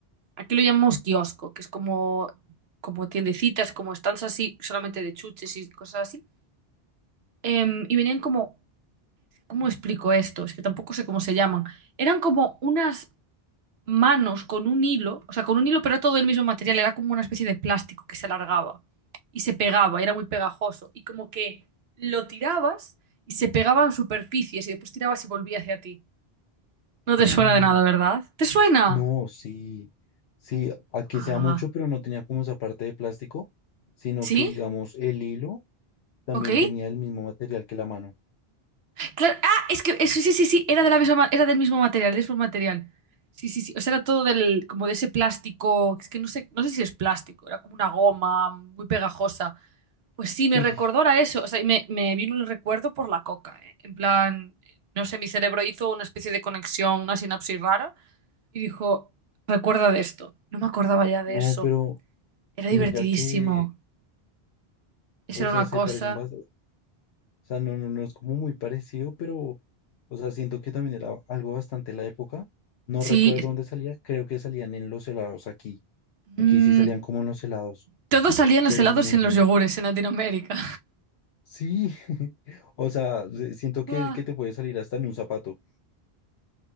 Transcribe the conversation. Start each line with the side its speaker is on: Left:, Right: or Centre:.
Right: aquí lo llamamos kiosco, que es como, como tiendecitas, como stands así, solamente de chuches y cosas así. Em, y venían como ¿Cómo explico esto? Es que tampoco sé cómo se llaman. Eran como unas manos con un hilo, o sea, con un hilo, pero era todo el mismo material, era como una especie de plástico que se alargaba y se pegaba, y era muy pegajoso, y como que lo tirabas y se pegaba en superficies y después tirabas y volvía hacia ti. No te
Left: Sí,
Right: suena de nada, ¿verdad? ¿Te suena?
Left: no, sí, sí, aquí
Right: Ah,
Left: se da mucho, pero no tenía como esa parte de plástico, sino
Right: ¿sí?
Left: que digamos el hilo también
Right: ¿Ok?
Left: venía del mismo material que la mano.
Right: Claro, ah, es que eso, sí, sí, sí, era de la misma, ma- era del mismo material, del mismo material. Sí, sí, sí. O sea, era todo del, como de ese plástico. Es que no sé, no sé si es plástico, era como una goma muy pegajosa. Pues sí, me
Left: Sí,
Right: recordó a eso. O sea, y me, me vino el recuerdo por la coca, ¿eh? En plan, no sé, mi cerebro hizo una especie de conexión, una sinapsis rara, y dijo, recuerda de esto. No me acordaba ya de
Left: No,
Right: eso.
Left: pero
Right: Era
Left: mira
Right: divertidísimo.
Left: que,
Right: Esa
Left: o
Right: era
Left: sea,
Right: una
Left: se
Right: cosa.
Left: parecen bastante, o sea, no, no, no es como muy parecido, pero, o sea, siento que también era algo bastante la época. No
Right: Sí.
Left: recuerdo dónde salía, creo que salían en los helados aquí.
Right: mm,
Left: Aquí sí salían como en los helados,
Right: todo salía en los
Left: pero
Right: helados
Left: muy
Right: y en
Left: genial.
Right: los yogures en Latinoamérica.
Left: Sí, <laughs> o sea, se- siento que,
Right: Buah,
Left: que te puede salir hasta en un zapato.